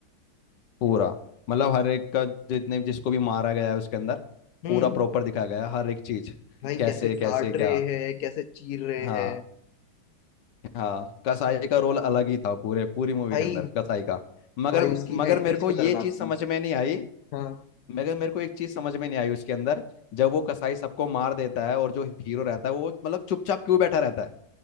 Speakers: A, on the left (about 65°); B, on the left (about 80°).
A: पूरा मतलब हर एक का जितने जिसको भी मारा गया है उसके अंदर
B: हैं।
A: पूरा
B: हम्म
A: प्रॉपर दिखाया गया है हर एक चीज
B: भाई
A: कैसे
B: कैसे
A: कैसे
B: काट
A: क्या
B: रहे हैं कैसे चीर रहे
A: हाँ
B: हैं
A: हाँ कसाई का रोल अलग ही था पूरे पूरी मूवी
B: भाई
A: के अंदर कसाई का मगर
B: भाई उसकी
A: मगर
B: एंट्रीज
A: मेरे को
B: खतरनाक
A: ये चीज समझ
B: थी
A: में नहीं आई
B: हाँ
A: मगर मेरे को एक चीज समझ में नहीं आई उसके अंदर जब वो कसाई सबको मार देता है और जो हीरो रहता है वो मतलब चुपचाप क्यों बैठा रहता है